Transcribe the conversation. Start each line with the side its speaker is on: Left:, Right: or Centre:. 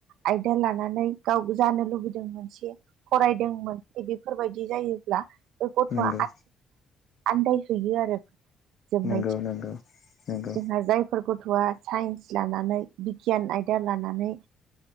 Right: आयदा लानानै गाव जानो लुगैदों फरायदों मोन बेफोरबायदि जायोब्ला बे गथ'आ
Left: नंगौ
Right: आनदाय हैयो आरो जोबनायथि
Left: नंगौ नंगौ नंगौ
Right: जोंहा जायफोर गथ'आ साइन्स लानानै बिगियान आयदा लानानै